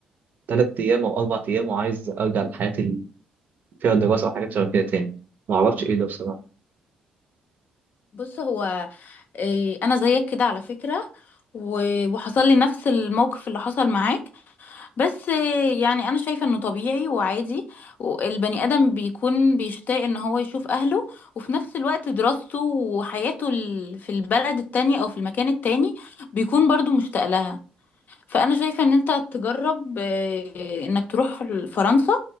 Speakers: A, on the right (about 55°); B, on the left (about 60°).
A: ثلاث ايام او اربع ايام وعايز ارجع لحياتي اللي فيها دراسه او حاجات شبه كده تاني ما اعرفش ايه ده بصراحه
B: بص هو آه، انا زيك كده على فكرة و- وحصل لي نفس الموقف اللي حصل معاك بس يعني انا شايفه انه طبيعي وعادي البني ادم بيكون بيشتاق ان هو يشوف اهله وفي نفس الوقت دراسته وحياته ال- في البلد التانية او في المكان التاني بيكون برضو مشتاق لها فانا شايفه ان انت تجرب آه، انك تروح فرنسا